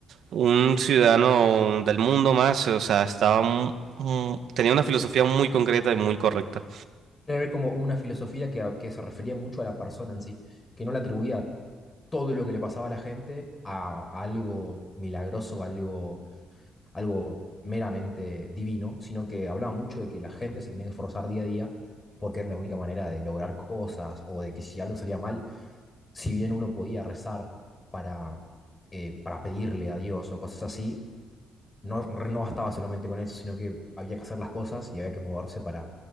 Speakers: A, on the right; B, on the left.
A: un ciudadano del mundo más, o sea, estaba mu- mu- tenía una filosofía muy concreta y muy correcta.
B: Era como una filosofía que, a- que se refería mucho a la persona en sí, que no le atribuía todo lo que le pasaba a la gente a, a algo milagroso, algo algo meramente divino, sino que hablaba mucho de que la gente se tenía que esforzar día a día porque era la única manera de lograr cosas o de que si algo salía mal, si bien uno podía rezar para, eh, para pedirle a Dios o cosas así, no, no bastaba solamente con eso, sino que había que hacer las cosas y había que moverse para,